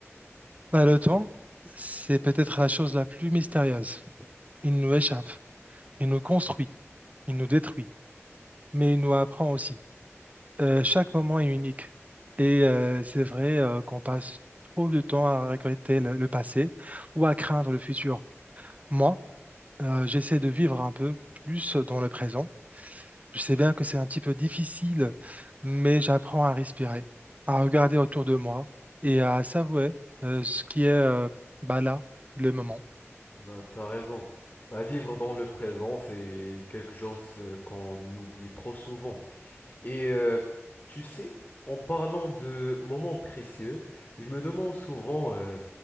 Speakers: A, on the right; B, on the left.
A: Bah, le temps, c'est peut-être la chose la plus mystérieuse. Il nous échappe, il nous construit, il nous détruit, mais il nous apprend aussi. Euh, chaque moment est unique. Et euh, c'est vrai euh, qu'on passe trop de temps à regretter le, le passé ou à craindre le futur. Moi, euh, j'essaie de vivre un peu plus dans le présent. Je sais bien que c'est un petit peu difficile, mais j'apprends à respirer, à regarder autour de moi et à savourer euh, ce qui est euh, bah, là, le moment.
B: Bah, t'as raison. Bah, vivre dans le présent, c'est quelque chose euh, qu'on oublie trop souvent. Et euh, tu sais, en parlant de moments précieux, je me demande souvent euh,